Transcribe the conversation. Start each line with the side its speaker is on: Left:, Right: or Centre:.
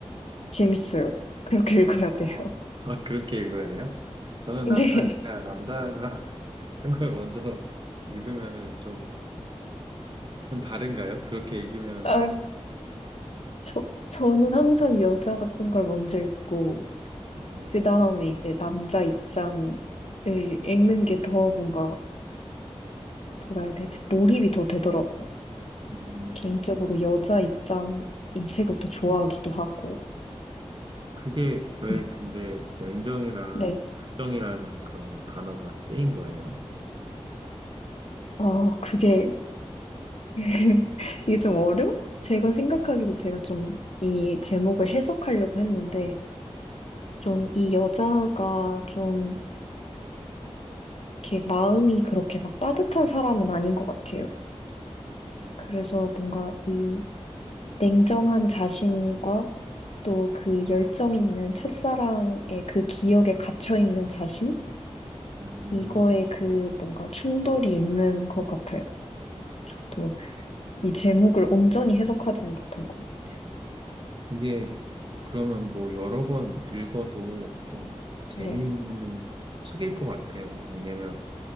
Left: 재밌어요. <laughs> 그렇게 읽어야
Right: 어,
Left: 돼요.
Right: <laughs> 아, 그렇게 읽어야 돼요? 저는
Left: <laughs> 네.
Right: 남자니까 남자가 <laughs> 쓴 걸 먼저 읽으면은 좀, 좀 다른가요? 그렇게 읽으면,
Left: 아, 저, 저는 항상 여자가 쓴 걸 먼저 읽고
Right: 어,
Left: 그 다음에 이제 남자 입장을 읽는 게 더 뭔가, 뭐라 해야 되지, 몰입이 더 되더라고요.
Right: 음,
Left: 개인적으로 여자 입장인 책을 더 좋아하기도 하고.
Right: 그게 왜
Left: 음.
Right: 근데 냉정이랑
Left: 네.
Right: 결정이라는 그런 단어가 쓰인 거예요?
Left: 아, 그게, <laughs> 이게 좀 어려워? 제가 생각하기도 제가 좀 이 제목을 해석하려고 했는데, 좀 이 여자가 좀 이렇게 마음이 그렇게 막 따뜻한 사람은 아닌 것 같아요.
Right: 음,
Left: 그래서 뭔가 이 냉정한 자신과 또 그 열정 있는 첫사랑의 그 기억에 갇혀 있는 자신?
Right: 음,
Left: 이거에 그 뭔가 충돌이 있는 것 같아요. 저도 이 제목을 온전히 해석하진 못한 것 같아요.
Right: 이게 그러면 뭐 여러 번 읽어도 좀 재미있는
Left: 네,
Right: 책일 것 같아요. 왜냐면